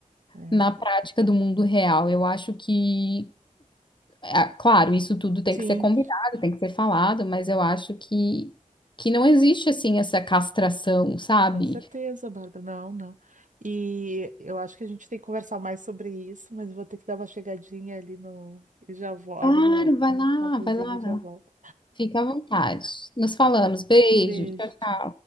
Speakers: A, on the right; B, on the left.
A: é.
B: Na prática do mundo real. Eu acho que ah, Claro, isso tudo tem
A: Sim,
B: que ser combinado, tem que ser falado, mas eu acho que, que não existe assim essa castração, sabe?
A: com certeza, Bárbara. Não, não. E eu acho que a gente tem que conversar mais sobre isso, mas eu vou ter que dar uma chegadinha ali no, e já vou, ali
B: Claro,
A: no,
B: vai lá,
A: na cozinha
B: vai lá,
A: e
B: vai
A: já
B: lá.
A: volto.
B: Fica à vontade. Nos falamos.
A: Um
B: Beijo.
A: um beijo,
B: Tchau,
A: tchau.